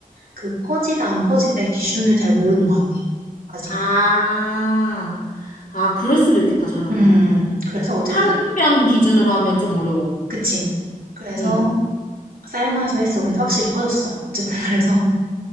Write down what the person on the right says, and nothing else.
그 퍼지다 안 퍼지다의 기준을 잘 모르는 것 같아. 아직.
음. 음. 그래서 어쨌든
그치. 그래서
삶아서 했어. 근데 확실히 퍼졌어. 어쨌든 <laughs> 그래서